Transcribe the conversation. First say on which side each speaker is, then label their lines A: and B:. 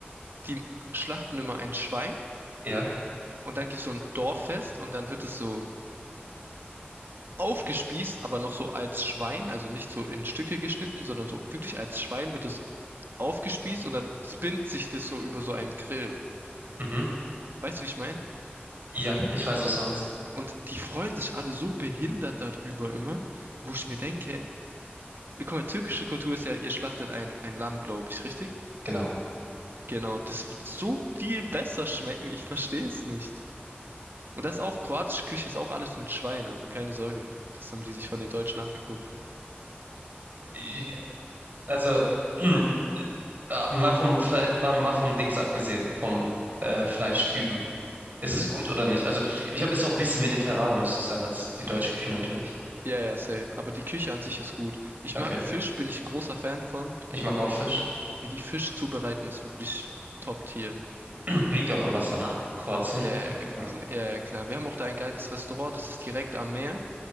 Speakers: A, on the right (about 65°); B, on the right (about 45°).
A: Die schlachten immer ein Schwein
B: Ja.
A: Und dann gibt's so ein Dorffest und dann wird es so aufgespießt, aber noch so als Schwein, also nicht so in Stücke geschnitten, sondern so wirklich als Schwein wird es aufgespießt und dann spinnt sich das so über so einem Grill.
B: Mhm.
A: Weißt du, wie ich meine?
B: Ja, ich weiß, was du meinst.
A: Und die freuen sich alle so behindert darüber immer, wo ich mir denke, guck mal, türkische Kultur ist ja, ihr schlachtet ein, ein Lamm, glaube ich, richtig?
B: Genau.
A: Genau, das wird so viel besser schmecken, ich verstehe es nicht. Und das auch, kroatische Küche ist auch alles mit Schwein, also keine Sorge. Das haben die sich von den Deutschen abgeguckt.
B: Ich- Also, <clears throat> äh, mal vom Fle war- mal vom Dings abgesehen, vom äh, Fleischtypen. Ist
A: Mhm.
B: es gut oder nicht? Also, ich glaube, es ist auch ein bisschen mediterraner, müsste es sein, als die deutsche Küche natürlich.
A: Ja, ja, safe. Aber die Küche an sich ist gut. Ich
B: Okay.
A: mag Fisch, bin ich ein großer Fan von.
B: Ich mag auch Fisch.
A: Wie die, wie die Fisch zubereiten, ist wirklich Top-Tier.
B: <clears throat> Liegt ja auch am Wasser,
A: Bin-
B: ne? Kroatien.
A: Ja, ja,
B: Direkt,
A: ja,
B: ja.
A: kl- ja, ja, klar. Wir haben auch da ein geiles Restaurant, das ist direkt am Meer.